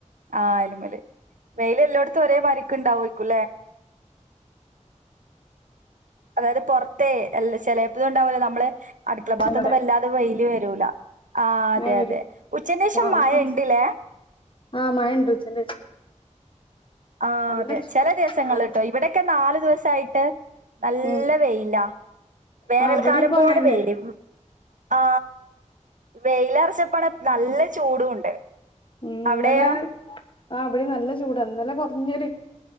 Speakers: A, on the right (about 85°); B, on the left (about 40°).
A: അയലുമേല് വെയിൽ എല്ലായിടത്തും ഒരേ മാരിയൊക്കെ ഇണ്ടാവും അതായത് പൊറത്തേ ചെലപ്പോ ഉണ്ടാവില്ല നമ്മള്- അടുക്കള ഭാഗത്തൊന്നും
B: ഇവിടെ
A: വല്ലാതെ വെയില് കിട്ടില്ല ആ അതെ
B: മഴ വരും
A: അതെ ഉച്ചന് ശേഷം
B: രാവിലെ
A: മഴ
B: കൊറച്ച്
A: ഉണ്ടില്ലേ
B: ആ മഴ ഉണ്ട് ഉച്ചക്കു ശേഷം
A: ആ
B: നല്ല
A: അതെ ചില ദിവസങ്ങളിട്ടോ ഇവിടൊക്കെ നാല് ദിവസം ചൂടായിട്ട് നല്ല
B: ഉം
A: വെയില വേനൽക്കാലം
B: ആഹ് ഇവിടെ ഇപ്പ
A: പോലെ
B: അങ്ങനെന്നെ
A: വെയില ആ വെയിലറച്ചപ്പണ നല്ല ചൂടും ഉണ്ട്
B: ഉം ഇന്നലെ
A: അവിടെയോ
B: ആ അവിടെ നല്ല ചൂടാ ഇന്നലെ തുിയന <unintelligible>